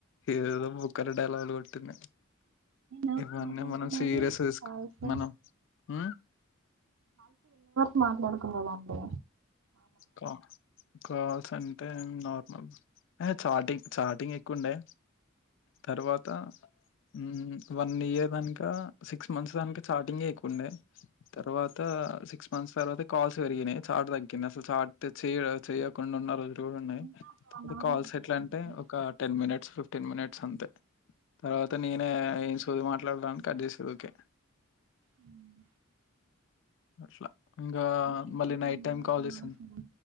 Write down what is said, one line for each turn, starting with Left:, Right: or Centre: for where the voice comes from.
Left: ఏదేదో బోక్కల డైలాగులు కొట్టింది
Right: ఎవరితో
Left: ఇవన్నీ
Right: మాట్లాడుతున్నది
Left: మనం సీరియస్గా తీసుక్
Right: కాల్స్
Left: మనం ఉమ్
Right: మాట్లాడుకోనేది అండి
Left: కా కాల్స్ అంటే నార్ ఎ చాటింగ్ చాటింగ్ ఎక్కువుండే తర్వాత మ్మ్ వన్ ఇయర్ దాంక సిక్స్ మంత్స్ దాంక చాటింగే కుండే, తర్వాత సిక్స్ మంత్స్ తర్వాత కాల్స్ వెరిగినయ్ చాట్ తగ్గిందస్ చాట్టు చేయ చేయకుండ ఉన్నరోజ్ లువున్నాయ్
Right: ఇంకా ఒక
Left: తవాత
Right: వన్ అవర్
Left: కాల్స్
Right: మాట్లాడుకున్నారా
Left: ఎట్లా అంటే ఒక టెన్ మినిట్స్ ఫిఫ్ టెన్ మినిట్స్ అంతే తర్వాత నేనే ఏం సోది మాట్లాడుదామని కట్ జేసి ఓకే
Right: ఉమ్.
Left: అట్లా ఇంగా
Right: అంటే ఎప్పుడు
Left: మళ్ళీ night
Right: one
Left: time
Right: hour
Left: call
Right: two
Left: జేసి
Right: అవర్స్ అలా